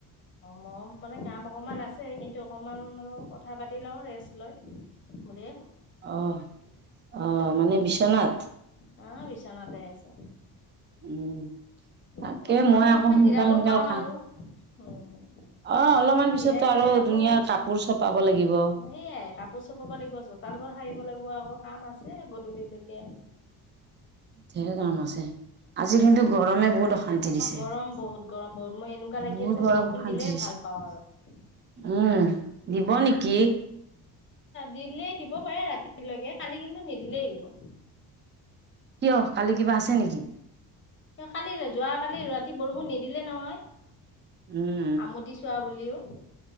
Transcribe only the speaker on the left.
ম মানে কাম অকমান আছে কিন্তু অকণমান মানো কথা পাতি লওঁ ৰেষ্ট লৈ বুলি।
হা বিছনাতে আছো।
এ অকমান
সময়
জিৰাব
পাওঁ
আৰু, উম
অকমান
সময়
জিৰাই
লৈ আকৌ
সেইয়াই কাপোৰ চবাব লাগিব চোতাল ঘৰ সাৰিব লাগিব আকৌ কাম আছে গধূলিলৈকে আৰু।
গৰম বহুত গৰম বহুত মই এনেকুৱা লাগি
আছে বৰষুণ
<unintelligible>
দিলেই দিব পাৰে ৰাতিলৈকে, কালি কিন্তু নিদিলেই দেখোন।
কালি যোৱাকালি ৰাতি বৰষুণ নিদিলে নহয়।
আমতি চোৱা বুলিও